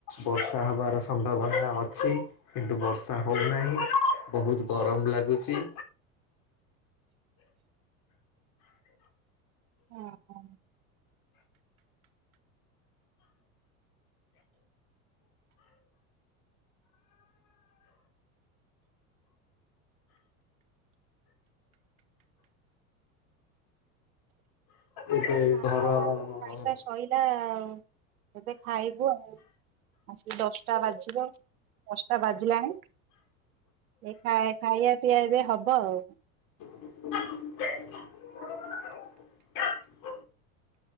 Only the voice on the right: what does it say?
ଓ ହୋ।
ଆମର
ଏବେ ଖାଇଲା ଶୋଇଲା ଆଉ। ଏବେ ଖାଇବୁ ଆଉ। ଆସ ଦଶଟା ବାଜିବ। ଦଶଟା ବାଜିଲାଣି। ଏ ଖାଇବା ପିଇଆ ଏବେ ହବ ଆଉ।